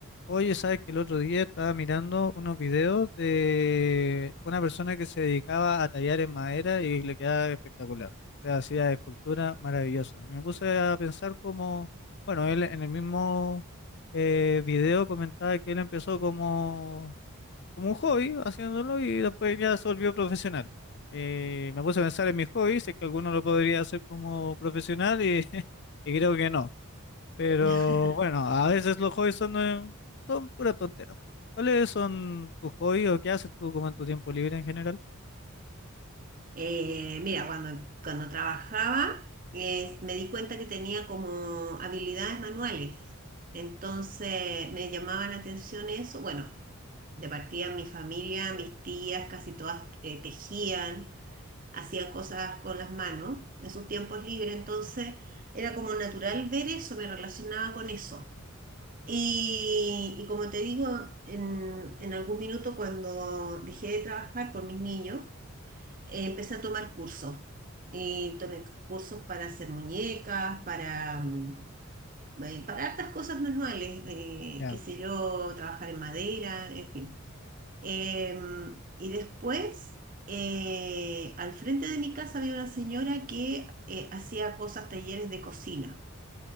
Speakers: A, on the left (about 50°); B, on the right (about 35°).
A: Oye, ¿sabes que el otro día estaba mirando unos videos de una persona que se dedicaba a tallar en madera y le quedaba espectacular? O sea, hacía esculturas maravillosas. Y me puse a pensar como, bueno, él en el mismo eh, video comentaba que él empezó como, como un hobby haciéndolo y después ya se volvió profesional. Eh, me puse a pensar en mis hobbies, si es que alguno lo podría hacer como profesional y, <laughs> y creo que no. Pero
B: <laughs>
A: bueno, a veces los hobbies son, eh, son pura tontera. ¿Cuáles son tus hobbies o qué haces tú como en tu tiempo libre en general?
B: Eh, mira, cuando, cuando trabajaba eh, me di cuenta que tenía como habilidades manuales. Entonces me llamaba la atención eso. Bueno, de partida mi familia, mis tías, casi todas eh, tejían, hacían cosas con las manos en sus tiempos libres. Entonces era como natural ver eso, me relacionaba con eso. Y, y como te digo, en, en algún minuto cuando dejé de trabajar por mis niños, eh, empecé a tomar cursos. Y tomé cursos para hacer muñecas, para, mm, eh, para hartas cosas manuales, eh,
A: Ya,
B: qué sé yo, trabajar en madera, en fin. Em, y después, eh, al frente de mi casa había una señora que eh, hacía cosas, talleres de cocina.